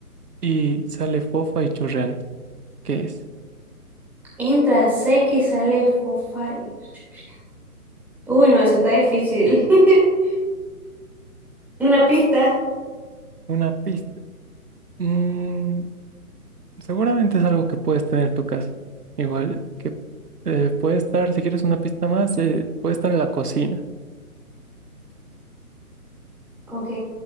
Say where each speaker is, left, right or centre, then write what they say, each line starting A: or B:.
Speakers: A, on the right (about 85°); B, in the centre.
A: y sale fofa y chorreante. ¿Qué es?
B: Entra, seca y sale fofa y chorrea. Uy, no, eso está difícil. <laughs> Una pista.
A: Una pista. Mm, Seguramente es algo que puedes tener en tu casa. Igual que eh, puede estar, si quieres una pista más, eh, puede estar en la cocina.
B: Ok.